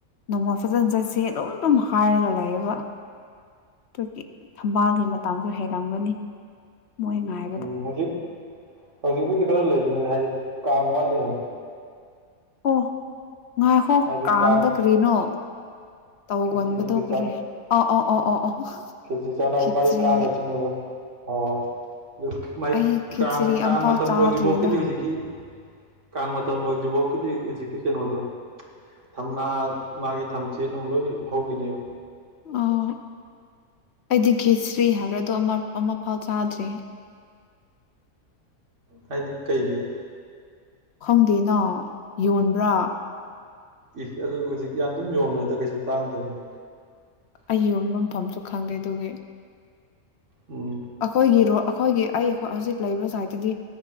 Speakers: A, on the left; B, on the right.
A: ꯅꯣꯡꯃ ꯐꯖꯅ ꯆꯠꯁꯦ ꯑꯗꯨꯝ ꯑꯗꯨꯝ ꯍꯥꯏꯔꯒ ꯂꯩꯌꯦꯕ ꯑꯗꯨꯒꯤ ꯊꯝꯕꯥꯜꯒꯤ ꯃꯇꯥꯡꯗꯣ ꯍꯦꯜꯂꯝꯒꯅꯤ ꯃꯣꯏ ꯉꯥꯏ
B: ꯎꯝ ꯍꯧꯖꯤꯛ ꯍꯧꯖꯤꯛꯄꯨꯗꯤ ꯈꯔ ꯂꯩꯈꯤꯅꯤꯗ ꯍꯥꯏꯗꯤ ꯀꯥꯡ ꯋꯥꯠꯂꯤꯗꯅ
A: ꯑꯣ ꯉꯥꯏꯍꯣ
B: ꯍꯥꯏꯗꯤ
A: ꯀꯥꯡꯗ
B: ꯀꯥꯡ
A: ꯀ꯭ꯔꯤꯅꯣ ꯇꯧꯒꯟꯕꯗꯧ
B: ꯈꯦꯆꯤꯒ
A: ꯀꯔꯤ ꯑ ꯑꯧ ꯑꯣ ꯑꯣ ꯑꯣ
B: ꯀꯦꯖꯤ ꯆꯥꯅꯕ
A: ꯈꯦꯆ꯭ꯔꯤ
B: ꯃꯥꯒꯤ ꯀꯥꯡꯒ ꯆꯤꯡꯕꯗꯣ ꯍꯣꯏ ꯍꯣꯏ ꯑꯗꯨ ꯃꯥꯥꯏ
A: ꯑꯩ ꯈꯦꯆ꯭ꯔꯤ
B: ꯀꯥꯡ ꯀꯥꯡ
A: ꯑꯝꯐꯥꯎ
B: ꯃꯇꯝ
A: ꯆꯥꯗ꯭ꯔꯤꯗ
B: ꯂꯣꯏꯗ꯭ꯔꯤꯐꯥꯎꯒꯤꯗꯤ ꯍꯧꯖꯤꯛꯀꯤ ꯀꯥꯡ ꯃꯇꯝ ꯂꯣꯏꯗ꯭ꯔꯤꯐꯥꯎꯒꯤꯗꯤ ꯍꯧꯖꯤꯛꯀꯤ ꯀꯩꯅꯣꯗꯣ ꯊꯝꯅꯥ ꯃꯥꯒꯤ ꯊꯝꯆꯦꯠ ꯅꯨꯡ ꯂꯣꯏ ꯍꯧꯒꯤꯅꯦꯕ
A: ꯑꯣ ꯑꯩꯗꯤ ꯈꯦꯁ꯭ꯔꯤ ꯍꯥꯏꯕ꯭ꯔꯥ ꯑꯗꯣ ꯑꯃ ꯑꯃꯐꯥꯎ ꯆꯥꯗ꯭ꯔꯤ
B: ꯍꯥꯏꯗꯤ ꯀꯩꯒꯤ
A: ꯈꯪꯗꯦꯅ ꯌꯣꯟꯕ꯭ꯔꯥ
B: ꯏ ꯑꯗꯨꯕꯨ ꯍꯧꯖꯤꯛ ꯌꯥꯝ ꯑꯗꯨꯝ ꯌꯣꯟꯕꯅꯤꯗ ꯀꯩꯁꯨ ꯇꯥꯡꯗꯕꯅꯤ
A: ꯑꯩ ꯌꯣꯟꯕ ꯃꯐꯝꯁꯨ ꯈꯪꯗꯦ ꯑꯗꯨꯒꯤ
B: ꯎꯝ
A: ꯑꯩꯈꯣꯏꯒꯤꯔꯣ ꯑꯩꯈꯣꯏꯒꯤ ꯑꯩ ꯍꯣ ꯍꯧꯖꯤꯛ ꯂꯩꯕ ꯁꯥꯏꯠꯇꯗꯤ